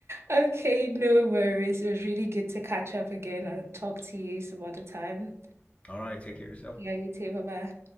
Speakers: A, on the right; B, on the left.
A: Okay, no worries. It was really good to catch up again. I'll talk to you some other time.
B: All right. Take care of yourself.
A: Yeah, you too. Bye bye.